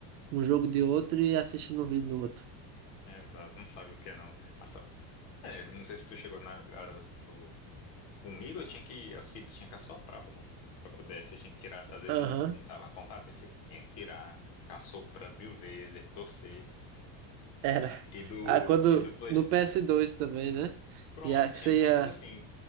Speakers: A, on the right; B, on the left.
A: um jogo de outro e assistindo um vídeo do outro.
B: É, exato, não sabe o que é, não. A só- É, não sei se tu chegou na, a- no... comigo, eu tinha que, as fitas tinha que assoprar, pô, pra poder, você tinha que tirar, às vezes
A: Aham,
B: não, não dava contato, aí você tinha que tirar, ficar soprando mil vezes, aí torcer,
A: era.
B: e do,
A: Ah, quando
B: <laughs> e do PlayStation.
A: no PS2 também, né?
B: Pronto,
A: E a, que
B: tinha
A: você
B: alguma
A: ia.
B: coisa assim,